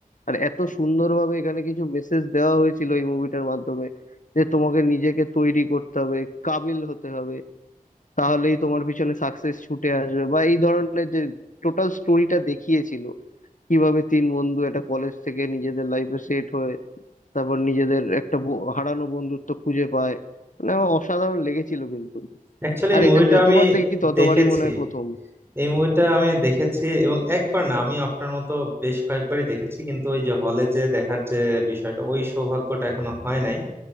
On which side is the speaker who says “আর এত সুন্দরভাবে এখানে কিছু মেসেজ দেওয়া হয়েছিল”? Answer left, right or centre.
Left